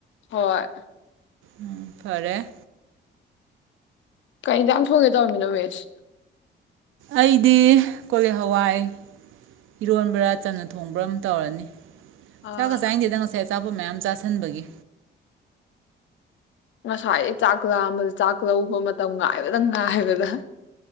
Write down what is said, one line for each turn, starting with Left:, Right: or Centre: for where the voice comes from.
Left: ꯍꯣꯏ
Right: ꯎꯝ ꯐꯔꯦ
Left: ꯀꯩ ꯏꯟꯖꯥꯡ ꯊꯣꯡꯒꯦ ꯇꯧꯔꯃꯤꯅꯣ ꯃꯤꯁ꯫
Right: ꯑꯩꯗꯤ ꯀꯣꯂꯤ ꯍꯋꯥꯏ ꯏꯔꯣꯟꯕ꯭ꯔꯥ ꯆꯝꯅ ꯊꯣꯡꯕ꯭ꯔꯥ ꯑꯃ ꯇꯧꯔꯅꯤ꯫
Left: ꯑꯥ
Right: ꯆꯥꯛꯒ ꯆꯥꯏꯪꯗꯦꯗ ꯉꯁꯥꯏ ꯑꯆꯥꯄꯣꯠ ꯃꯌꯥꯝ ꯆꯥꯁꯤꯟꯕꯒꯤ꯫
Left: ꯉꯁꯥꯏꯗꯩ ꯆꯥꯛ ꯂꯥꯝꯕꯗ ꯆꯥꯛ ꯂꯧꯕ ꯃꯇꯝ ꯉꯥꯏꯕꯗ ꯉꯥꯏꯕꯗ